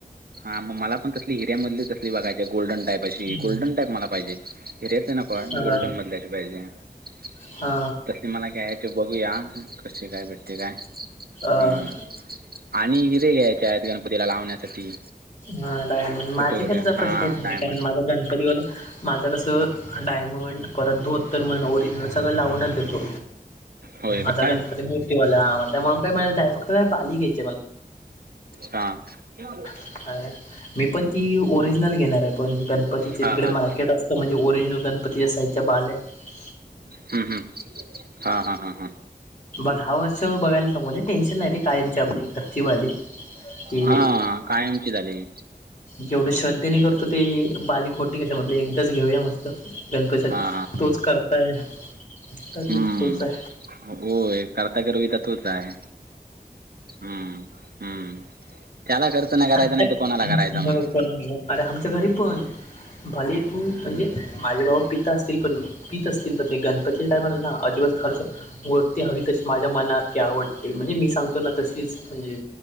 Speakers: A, on the right (about 75°); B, on the left (about 50°).
A: हा, मग मला पण तसले हिऱ्या मधली कर. बघायची गोल्डन टाईप अशी,
B: हम्म
A: गोल्डन टाईप मला पाहिजे हिऱ्यातली नकोय
B: हा
A: गोल्डन मधल्या अशी पाहिजे. <inaudible> <unintelligible>
B: हा.
A: तसली मला काय आहे ते बघूया कसे काय भेटते काय
B: अ
A: हम्म आणि हिरे घ्यायचे आहेत गणपतीला लावण्यासाठी.
B: हा डायमंड
A: कुठे
B: माझे
A: कुठे
B: कस
A: हा
B: <unintelligible> तुझा प्रश्न येत नाही
A: डायमंड
B: कारण माझा डन <unintelligible> माझं कसं डायमंड परत धोतर म्हण तरी सगळं लावूनच देतो
A: होय
B: आता
A: काय
B: गणपती <unintelligible> <unintelligible>
A: हा <unintelligible>
B: हाय मी पण ती ओरिजिनल घेणार आहे पण गणपतीचे
A: हां
B: तिकडे
A: हां
B: मार्केट असतं म्हणजे ओरिजिनल गणपतीच्या साइज चबाले <unintelligible>
A: हम्म हम्म हा हा हा हा.
B: मग दहा वर्ष बघायला नको म्हजे टेन्शन नाही रे काय आमच्याली घरची बाली <unintelligible> की
A: हा कायमची झाली.
B: जेवढे श्रद्धेने करतो ते बालिक खोटी कशा म्हट एकदाच घेऊया मग <unintelligible> गणपतीसाठी
A: हां
B: तोच करताय तर मी
A: हम्म
B: तर तोच आहे
A: होय करता करवी तर तोच आहे. हम्म हम्म त्याला खर्च नाही करायचा
B: आमच्या
A: नाही तर कोणाला
B: आमच्या
A: करायचा मग?
B: हो पण अरे आमच्या घरी पण भले तू म्हणजे माझे बाबा पित असतील पण पीत असतील तरे गणपतीच्या टायमाला ना अजिबात खर्च मूर्ती हवी तशी माझ्या मनात ती आवडते म्हणजे मी सांगतो ना तशीच म्हणजे